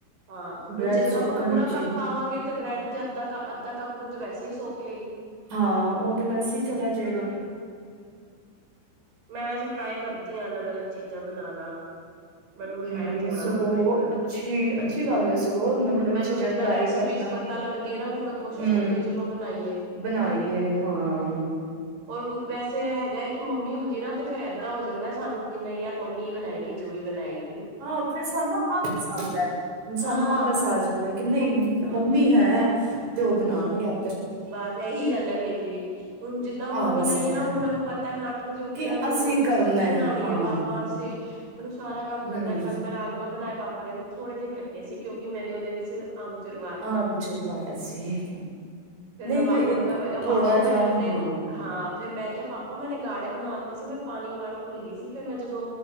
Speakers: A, on the right; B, on the right.
A: ਹਾਂ,
B: ਬ੍ਰੈਡ
A: ਹੁਨ ਜਿੱਦਾ
B: ਸੋਕਣ
A: ਆਪਾਂ ਪੂਰਾ
B: ਵਿੱਚ ਹੀ
A: ਕੱਪ ਪਾਵਾਂਗੇ ਤੇ ਬ੍ਰੈਡ ਤੇ ਅੱਧਾ ਕ ਅੱਧਾ ਕੱਪ ਦੁੱਧ ਤੇ ਵੈਸੇ ਈ ਸੋਕ ਲੇਗੀ।
B: ਹਾਂ, ਉ ਤੇ ਵੈਸੇ ਈ ਚਲਾ ਜੇਗਾ।
A: ਮੈਂ ਵੈਸੇ ਟਰਾਈ ਕਰਦੀ ਆ, ਅਲੱਗ-ਅਲੱਗ ਚੀਜ਼ਾਂ ਬਨਾਨਾ। ਮੈਨੂੰ
B: ਨਹੀਂ
A: ਹੈ ਥੋੜਾ
B: ਸਗੋਂ
A: ਕਿ ਬਈ ਟਰਾਏ
B: ਅੱਛੀ
A: ਕਰਾ,
B: ਅੱਛੀ ਗੱਲ ਹੈ ਸਗੋਂ ਨਵੀਂ
A: ਹੁਨ
B: ਨਵੀਂ
A: ਮੈਨੂੰ
B: ਚੀਜ਼ਾਂ
A: ਜ਼ਿੱਦਾ
B: ਟਰਾਈ
A: ਰੈਸਪੀਸ
B: ਕਰਨਾ
A: ਪ ਤਾ ਲੱਗਦੀ ਐ ਨਾ ਫੇਰ, ਮੈਂ ਕੋਸ਼ਿਸ਼
B: ਹਮ
A: ਕਰਦੀ ਆ, ਚਲੋਂ ਬਨਾਈਏ।
B: ਬਣਾਈਏ ਹਾਂ
A: ਹੋਰ ਵੈਸੇ ਐ ਹੈਗਾ ਹੈ ਕਿ ਮੰਮੀ ਹੁੰਦੀ ਏ ਨਾ ਤੇ ਫੇਰ ਏਦਾਂ ਹੋ ਜਾਂਦਾ ਸਾਨੂੰ, ਕਿ ਨਈ ਯਾਰ ਮੰਮੀ ਬਨਾਏਗੀ ਜੋ ਵੀ ਬਨਾਏਗੀ।
B: ਹਾਂ, ਫੇਰ ਸਾਨੂੰ ਨਾ ਆਲਸ ਆਂਦਾ। ਹੁਨ ਸਾਨੂੰ
A: ਹਾਂ
B: ਆਲਸ ਆ ਜਾਂਦਾ ਐ, ਕਿ ਨਈ
A: ਹਾਂ
B: ਮੰਮੀ ਹੈ ਤੇ ਔ ਬਨਾਣਗੇ ਆ
A: ਬਸ ਐਹੀ ਗੱਲ ਐ ਮੇਰੀ ਵੀ, ਹੁਨ ਜਿੱਦਾਂ ਔ ਮੰਮੀ
B: ਆਲਸ
A: ਨਹੀਂ
B: ਆਉਂਦਾ
A: ਏ ਨਾ, ਹੁਨ ਮੈਨੂੰ ਪਤਾ ਮੈਂ ਅੱਠ ਵਜੇ ਉੱਠ
B: ਕਿ
A: ਨਾ ਮੈਨੂੰ
B: ਅਸੀਂ
A: ਰੋਟੀ
B: ਕਰਨਾ
A: ਸਬਜ਼ੀ ਬਣਾਨੀ
B: ਹਾਂ
A: ਐ, ਪਾਪਾ ਅਸੇ ਮੈਨੂੰ ਸਾਰਾ ਕੰਮ
B: ਹਮ
A: ਕਰਨਾ, ਕੱਲ ਮੈਂ ਰਾਜਮਾ ਬਨਾਏ, ਪਾਪਾ ਕੇਂਦੇਂ ਥੋੜੇ ਜੇ ਖੱਟੇ ਸੀ, ਕਿਉਂਕਿ ਮੈਨੇ ਉਦੇ ਵਿੱਚ ਆਮਚੂਰ <unintelligible>
B: ਆਮਚੂਰ ਪਾਯਾ ਸੀ।
A: ਫੇਰ
B: ਨਹੀਂ
A: ਮੈਂ ਪਾਪਾ
B: ਵੇ
A: ਨੂੰ ਕਿਆ, ਮੈਂ ਕਿਆ ਪਾਪਾ
B: ਥੋੜਾ
A: ਮੈਂ
B: ਜਾ
A: ਆਪਨੇ
B: ਹਾਂ
A: ਹਾਂ ਫੇਰ ਮੈਂ ਕਿਆ ਪਾਪਾ ਮੈਨੇ ਗਾੜੇ ਬਨਾਤੇ ਸੀ, ਮੈਂ ਪਾਣੀ ਪਾਣਾ ਭੁੱਲ ਗੀਸੀ ਫੇਰ ਮੈਂ ਜਦੋਂ